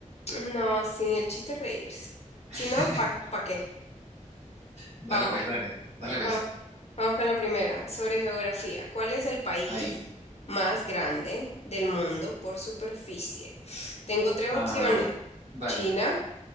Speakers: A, on the left (about 55°); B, on the right (about 60°).
A: No, sí, el chiste es reírse.
B: <laughs>
A: Si no, ¿para qué?
B: Dale
A: Vamos,
B: pues, dale, dale
A: vamos,
B: pues.
A: vamos con la primera, sobre geografía. ¿Cuál es el país
B: Ahí.
A: más grande del mundo por superficie? Tengo tres
B: Ah,
A: opciones.
B: dale.
A: China,